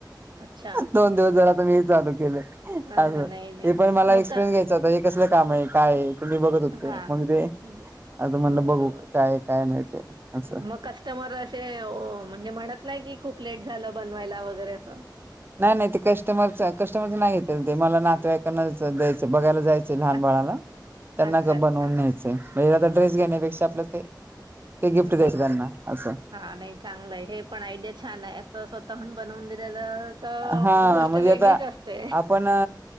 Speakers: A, on the right; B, on the right.
A: अच्छा.
B: दोन दिवस झालं आता मी हे चालू केलं
A: हां,
B: असं
A: नाही, नाही.
B: मला
A: मग
B: एक्सपिरियन्स
A: का
B: घ्यायचा होता हे कसलं काम आहे काय आहे तुम्ही बघत होते
A: हां.
B: मग मी ते
A: हं,
B: आता म्हणलं
A: बरोबर
B: बघू काय काय नाही ते असं.
A: मग कस्टमर असे म्हणजे म्हणत नाही कि खूप लेट झालं बनवायला वगैरे असं
B: नाही नाही ते कस्टमरच कस्टमरच नाही घेतलं ते मला नातवाईकांनाच द्यायचं बघायला जायचं. लहान
A: अच्छा,
B: बाळाला त्यांना
A: अच्छा, अच्छा.
B: बनवून न्यायचंय म्हणजे आता ड्रेस घेण्यापेक्षा
A: अ
B: आपलं ते ते गिफ्ट द्यायचं
A: बरोबर
B: त्यांना असं
A: हा नाही चांगलं आहे हे पण आयडिया छान आहे असं स्वतःहून बनवून दिलेलं तर
B: हा
A: गोष्ट
B: म्हणजे
A: वेगळीच
B: आता
A: असते
B: आपण